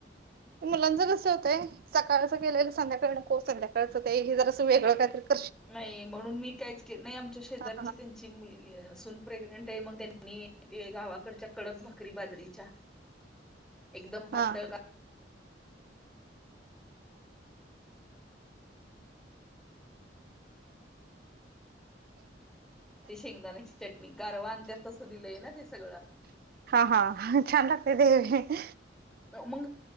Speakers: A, on the right (about 55°); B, in the centre.
A: ते मुलांच कस होतंय, सकाळच केलेलं संध्याकाळ हो संध्याकाळच ते जरा वेगळं काहीतर
B: नाही म्हणून मी काहीच केल नाही, आमच्या शेजारीची
A: हा
B: त्यांची मुलगी आहे सून प्रेग्नेंट आहे मग त्यांनी गावाकडच्या कडक भाकरी बाजरीच्या एकदम
A: हा
B: पातळ का ते शेंगदाण्याची चटणी गारवा आनत्यात तसं दिलंय ना सगळं
A: हा हा छान लागतय ते
B: मंग